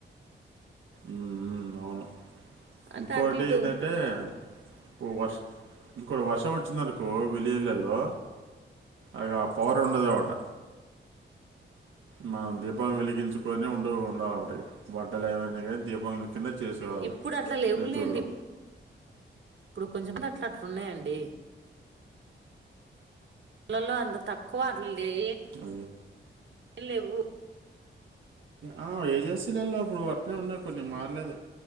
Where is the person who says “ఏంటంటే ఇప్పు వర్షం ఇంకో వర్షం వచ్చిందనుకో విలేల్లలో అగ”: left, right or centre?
Right